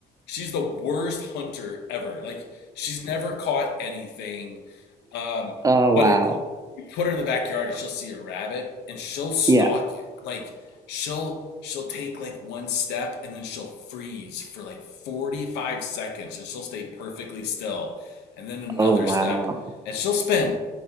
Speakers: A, on the left; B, on the right.
A: She's the worst hunter ever. Like she's never caught anything. Um,
B: Oh
A: but
B: wow.
A: it, you put her in the backyard and she'll see a rabbit and she'll stalk
B: Yeah.
A: you. Like she'll she'll take like one step and then she'll freeze for like 45 seconds and she'll stay perfectly still and then another
B: Oh wow.
A: step and she'll spend